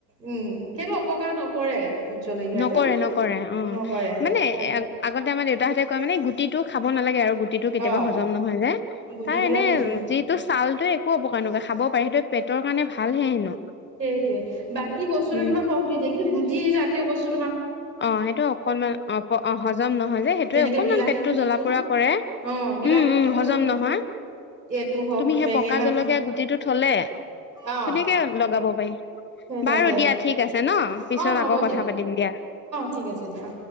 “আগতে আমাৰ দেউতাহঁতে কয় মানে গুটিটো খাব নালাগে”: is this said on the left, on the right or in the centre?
Left